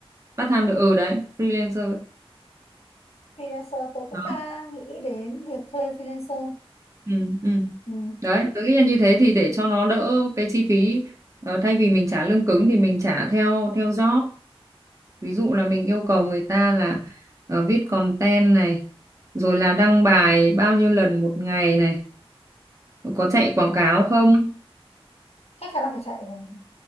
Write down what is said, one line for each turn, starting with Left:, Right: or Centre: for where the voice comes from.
Right: part time được ừ đấy freelancer
Left: freelancer tớ cũng
Right: đó
Left: đang nghĩ đến việc thuê freelancer
Right: ừ ừ
Left: ừ.
Right: đấy tôi nghĩ là như thế thì để cho nó đỡ cái chi phí Ờ, thay vì mình trả lương cứng thì mình trả theo theo job ví dụ là mình yêu cầu người ta là ờ, viết content này rồi là đăng bài bao nhiêu lần một ngày này rồi có chạy quảng cáo không
Left: chắc chắn là phải chạy rồi